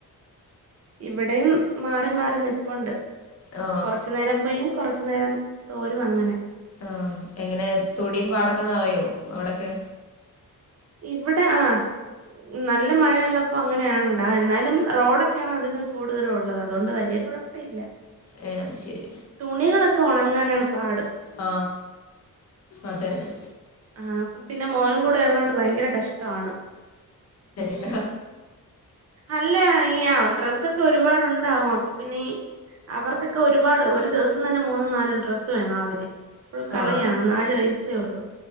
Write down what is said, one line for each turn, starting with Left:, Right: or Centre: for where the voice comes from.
Right: ഇവിടെയും മാറി മാറി നിപ്പുണ്ട്
Left: ആ
Right: കൊറച്ചു നേരം പെയ്യും കുറച്ചു നേരം തോരും അങ്ങനെ
Left: ആഹ എങ്ങനെ തൊടിയും പാടൊക്കെന്ന് നിറയോ അവിടൊക്കെ
Right: ഇവിടെ ആ നല്ല മഴയുള്ളപ്പോ അങ്ങനെയ ആണണ്ടാ എന്നാലും റോഡൊക്കെയാണ് അധികം കൂടുതലും ഉള്ളത് അതുകൊണ്ട് വലിയ കുഴപ്പമില്ല
Left: ഏ അത് ശരി
Right: തുണികളൊക്കെ ഉണങ്ങാനാണ് പാട്
Left: ആ അതന്നെ
Right: ആ പിന്നെ മോനും കൂടെ ഉള്ളതോണ്ട് ഭയങ്കര കഷ്ടമാണ്
Left: ഉ
Right: അല്ല ഈ ആ ഡ്രെസ്സൊക്കെ ഒരുപാടുണ്ടാവും അപ്പൊ പിന്നെ അവർക്കൊക്കെ ഒരുപാട് ഒരു ദിവസം തന്നെ മൂന്നും നാലും ഡ്രസ്സ് വേണം അവന് ഫുൾ കളിയാണ്
Left: ആ
Right: നാലു വയസ്സേ ഉള്ളു